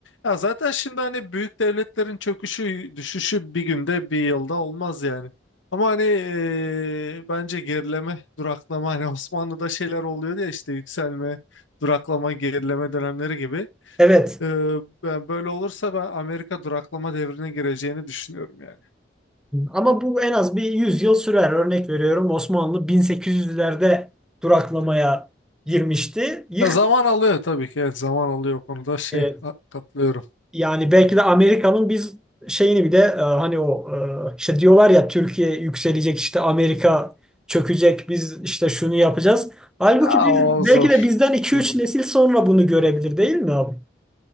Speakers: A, on the left (about 85°); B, in the centre.
A: ya zaten şimdi hani büyük devletlerin çöküşü düşüşü bir günde bir yılda olmaz yani. Ama hani eee, bence gerileme, duraklama hani Osmanlı'da şeyler oluyor ya işte yükselme, duraklama, gerileme dönemleri gibi.
B: evet
A: Eee, ben böyle olursa ben Amerika duraklama devrine gireceğini düşünüyorum yani.
B: Ama bu en az bir 100 yıl sürer. Örnek veriyorum Osmanlı 1800'lerde duraklamaya girmişti. Yık
A: Ya zaman alıyor tabii ki evet zaman alıyor o konuda şey
B: e,
A: katlıyorum.
B: yani belki de Amerika'nın biz şeyini bile e, hani o e, işte diyorlar ya Türkiye yükselecek işte Amerika çökecek biz işte şunu yapacağız. Halbuki
A: Aa,
B: biz
A: o
B: belki
A: zor.
B: de bizden iki
A: Zor.
B: üç nesil sonra bunu görebilir değil mi abi?